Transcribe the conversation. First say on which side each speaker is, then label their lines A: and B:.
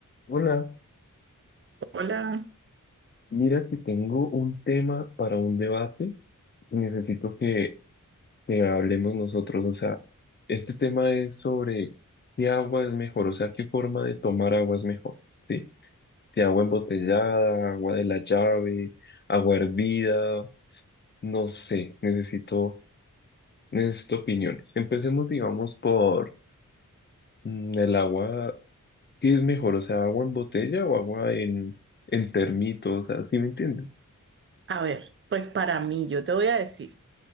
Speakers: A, on the left; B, on the right.
A: Hola,
B: Hola,
A: mira que tengo un tema para un debate y necesito que, que hablemos nosotros. O sea, este tema es sobre qué agua es mejor, o sea, qué forma de tomar agua es mejor, ¿sí? Si agua embotellada, agua de la llave, agua hervida, no sé, necesito, necesito opiniones. Empecemos, digamos, por mm, el agua, ¿qué es mejor? O sea, agua en botella o agua en, en termito, o sea, ¿sí me entiendes?
B: a ver, pues para mí, yo te voy a decir,